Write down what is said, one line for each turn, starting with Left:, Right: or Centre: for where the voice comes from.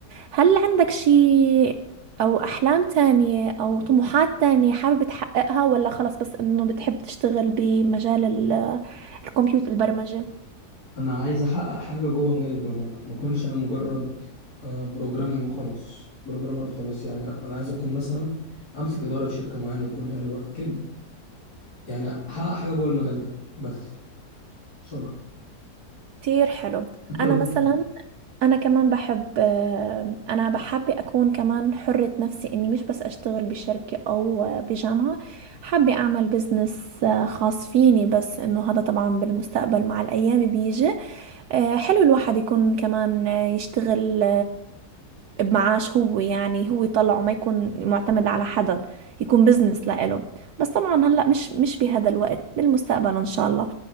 Right: هل عندك شيء أو أحلام تانية أو طموحات تانية حابب تحققها ولا خلص بس إنه بتحب تشتغل بمجال ال- الكمبيوتر البرمجة
Left: انا عايز احقق حاجه جوه مجال البرمجه ما اكونش انا مجرد بروجرامنج وخلاص بروجرامر وخلاص يعني لا انا عايز اكون مثلا امسك اداره في شركه معينه تكون حلوه كده يعني احقق حاجه جوه المجال ده بس بصراحه
Right: كتير حلو
Left: حتى
Right: أنا
Left: لو
Right: مثلا انا كمان بحب آه، انا بحب اكون كمان حرة نفسي اني مش بس اشتغل بشركة او آه، بجامعة حابة اعمل بزنس آه، خاص فيني بس انه هذا طبعا بالمستقبل مع الايام بيجي آه، حلو الواحد يكون كمان آه، يشتغل بمعاش هو يعني هو يطلعه ما يكون معتمد على حدا يكون بزنس لإله بس طبعا هلا مش مش بهذا الوقت بالمستقبل ان شاء الله